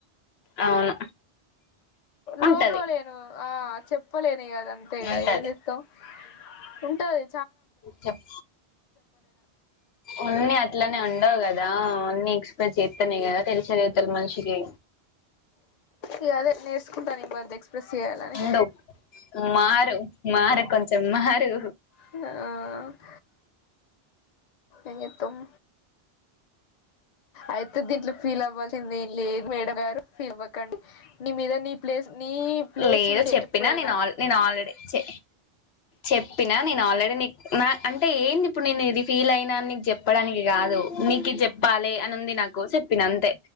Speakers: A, on the left (about 70°); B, on the left (about 45°).
A: అవును ఉంటది
B: లోపోలేను ఆ చెప్పలేను ఇగ అదంతే ఇగ
A: ఉంటది
B: ఎంజే కం ఉంటాది
A: చేప్ ఓన్ని అట్లనే ఉండవ్ కదా అన్ని ఎక్స్ ప్రెస్ చేత్తనే కదా తెలిషేది ఉతల్ మనిషికి
B: ఇగ అదే నేర్చకుంటన్న ఈ మధ్య ఎక్స్ప్రెస్ చేయాలని
A: ఉండవు మారు మారే కొంచెం మారు
B: ఆ ఎంజేత్తవ్ అయితే దీంట్లో ఫీల్ అవ్వద్ చింది ఏం లేదు మేడమ్ గారు ఫీల్ అవ్వకండి నీ మీద నీ ప్లేస్ నీ ప్లేస్
A: లేదు
B: నీదే
A: చెప్పినా
B: ఎప్పుడైనా
A: నేను ఆల్ నేను ఆల్రెడీ చే చెప్పినా నేను ఆల్రెడీ నీకు నా అంటే ఏంది ఇప్పుడు నేను ఇది ఫీల్ అయినా అని నీకు చెప్పడానికి కాదు నీకి చెప్పాలి అని ఉంది నాకు చెప్పిన అంతే